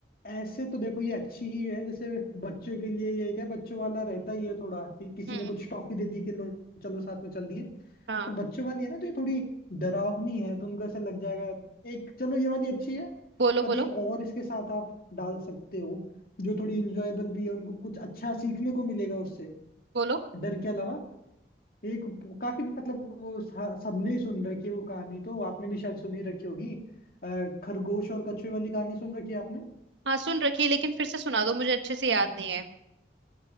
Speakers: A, on the left; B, on the right.
A: ऐसे तो देखो ये अच्छी ही है जैसे बच्चों के लिए ये क्या बच्चों वाला रहता ही है थोड़ा कि किसी
B: हम्म
A: ने कुछ टॉफी दे दी कि लो चलो साथ में चल दिए
B: हाँ
A: पर बच्चों वाली है ना तो ये थोड़ी डरावनी है तो उनको ऐसा लग जाएगा एक चलो ये वाली अच्छी है
B: बोलो
A: पर
B: बोलो
A: एक और इसके साथ आप डाल सकते हो जो थोड़ी इंजॉयबल भी है उनको कुछ अच्छा सीखने को मिलेगा उससे
B: बोलो
A: डर के अलावा एक काफी मतलब वो सा- सबने ही सुन रखी है वो कहानी तो आपने भी शायद सुनी रखी होगी अ, खरगोश और कछुए वाली कहानी सुन रखी है आपने
B: हाँ सुन रखी है लेकिन फिर से सुना दो मुझे अच्छे से याद नहीं है